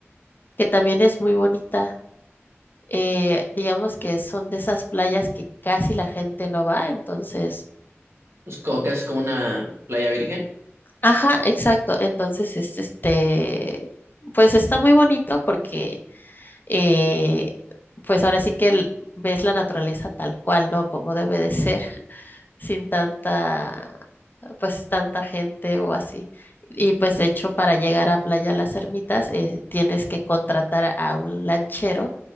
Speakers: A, on the left (about 45°); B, on the right (about 65°).
A: que también es muy bonita. eh, digamos que son de esas playas que casi la gente no va, entonces,
B: Pues como que es como una playa virgen.
A: ajá, exacto, entonces es este, pues está muy bonito porque, eh, pues ahora sí que el- ves la naturaleza tal cual, ¿no? Como debe de ser, <laughs> sin tanta, pues tanta gente o así. Y pues de hecho para llegar a Playa Las Ermitas eh, tienes que contratar a un lanchero